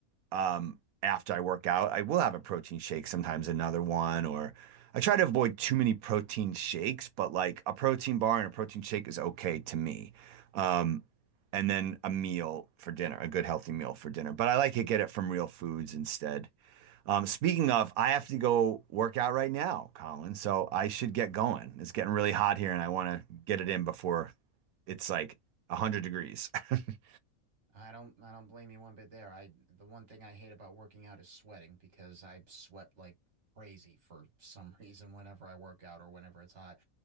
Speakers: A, on the right; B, on the right.
A: um, after I work out, I will have a protein shake, sometimes another one, or I try to avoid too many protein shakes, but like a protein bar and a protein shake is okay to me. Um, and then a meal for dinner, a good healthy meal for dinner. But I like to get it from real foods instead. Um, speaking of, I have to go work out right now, Colin. So I should get going. It's getting really hot here, and I want to get it in before it's like 100 degrees. <laughs>
B: I don't I don't blame you one bit there. I the one thing I hate about working out is sweating because I sweat like crazy for some <laughs> reason whenever I work out or whenever it's hot.